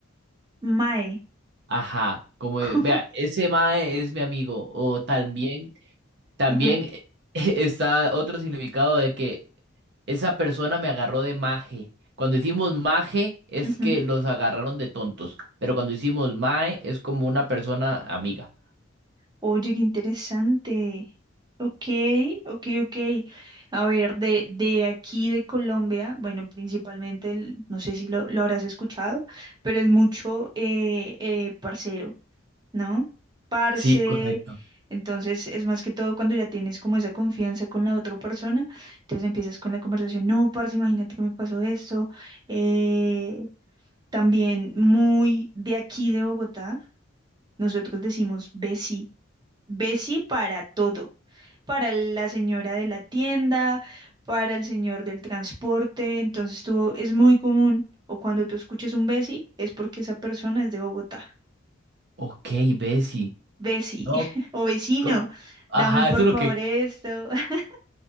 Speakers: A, on the right; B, on the right.
A: Mae.
B: ajá, como
A: <laughs>
B: de, vea, ese mae es mi amigo. O también, también
A: Ajá.
B: eh, <laughs> está otro significado de que esa persona me agarró de maje. Cuando decimos maje es
A: ujú.
B: que los agarraron de tontos, pero cuando decimos mae es como una persona amiga.
A: Oye, qué interesante. Ok, ok, ok. A ver, de, de aquí de Colombia, bueno, principalmente, el- no sé si lo, lo habrás escuchado, pero es mucho eh, eh, parcero, ¿no? Parce,
B: Sí, correcto.
A: entonces es más que todo cuando ya tienes como esa confianza con la otra persona, entonces empiezas con la conversación, no, parce, imagínate que me pasó esto. Eh, también muy de aquí de Bogotá, nosotros decimos besi Bessie para todo, para la señora de la tienda, para el señor del transporte, entonces tú es muy común, o cuando tú escuches un Bessie, es porque esa persona es de Bogotá.
B: Ok, Bessie.
A: Bessie,
B: No,
A: <laughs> o vecino,
B: Como- Ajá,
A: dame por
B: eso es
A: favor
B: lo que...
A: esto. <laughs>